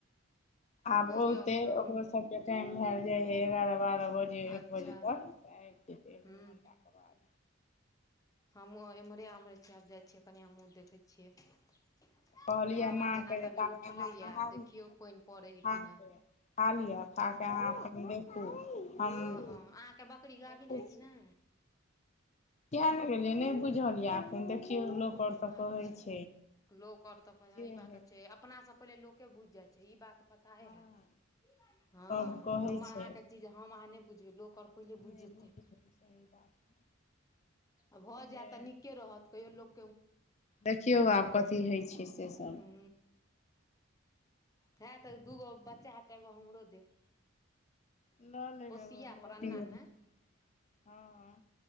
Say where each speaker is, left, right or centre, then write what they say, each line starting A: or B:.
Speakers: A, on the left; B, on the left.
A: आब
B: कहियौ
A: औते
B: आओर हम
A: ओकरो सब के टाइम भेल जाय हे एगारह बारह बजे एक
B: अच्छा
A: बजे तक आबि जेतै एक
B: हूँ
A: दू घण्टाके बाद
B: हमहूँ एम्हरे आम्हरे छियै आब जाइ छियै कनि हमहूँ देखै छियै
A: कहलियै
B: हबा
A: माँके
B: जेना
A: जे
B: तऽ अभी
A: ताबे
B: उठलैए
A: अहाँ नहा
B: आब देखियौ पानि पड़ै
A: खाके
B: हइ कि नै
A: खा के अहाँ अपन <unintelligible> हम
B: हँ हँ अहाँके बकरी
A: देखै
B: गभिन है
A: छी
B: कि नै
A: किया नै गेलियै नहि बुझल यऽ एखन देखियौ लोक आओर तऽ
B: अच्छा
A: कहै छै
B: लोक आर तऽ कह
A: जे
B: ई
A: हइ
B: बात छै अ अपना से पहिले लोके बुईझ जाय छै ई बात त पताए
A: हँ
B: हैत हँऽ
A: सब कहै
B: हमर
A: छै
B: आहाँ के चीज हम अहाँ नहि बुझबै लोक आओर पहिले
A: नहि
B: बुझि जेतै
A: बुझु सही बात <unintelligible>
B: आ भऽ
A: पहिले
B: जायत तऽ नीके रहत कहियो लोक
A: देखियौ आब कथी होइ छै से सभ
B: हू हे तऽ दूगो बच्चा है तऽ एगो हमरो देब
A: ल लेब
B: पोसिया
A: एगो
B: पर अन्ना नहि
A: <unintelligible> हँ हँ